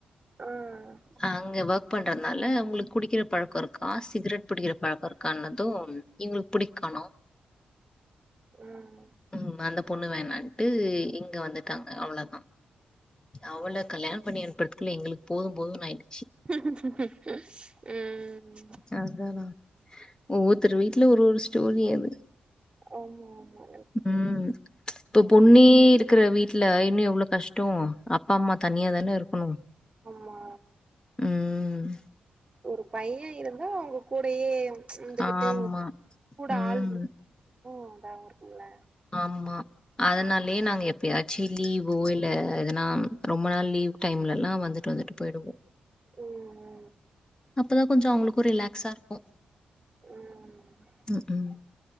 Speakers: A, on the right; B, on the left.
A: ம்
B: அங்க ஒர்க் பண்றதுனால உங்களுக்கு குடிக்கிற பழக்கோ இருக் கா சிகரெட் பிடிக்கிற பழக்கோ இருக்கானது இவுங்களுக்கு புடிக்கணு
A: ம்
B: ம், அந்த பொண்ணு வேணான்ட்டு இங்க வந்துட்டாங்க அவ்ளோதா அவுள கல்யாணோ பண்ணி அனுப்புறதுக்குள்ள எங்களுக்கு போது போதுனு ஆயிட்டு
A: ம்
B: அதா ஒவ்வொருத்தர் வீட்ல ஒவ்வொரு ஸ்டோரி அது
A: ஆம்மாம்மா
B: ம் இப்போ பொண்ணே இருக்கிற வீட்ல இன்னு எவ்ளோ கஷ்டோ அப்பா அம்மா தனியா தான இருக்குணு
A: ஆமா
B: ம்
A: ஒரு பைய இருந்து ஒங்க கூடயே ந்துகிட்டு
B: ஆமா.
A: கூட
B: ம்.
A: ஆளு ம் அதா <unintelligible> இருக்குங்கள
B: ஆமா அதனாலயே நாங்க எப்பயாச்சீ லீவோ இல்ல எதனா ரொம்ப நாள் லீவ் டைம்ல ல்லா வந்துட்டு வந்துட்டு போயிடுவோ
A: ம்
B: அப்பதா கொஞ்சோ அவுங்களுக்கு ரிலாக்ஸா இருக்கு
A: ம்
B: ம் ம்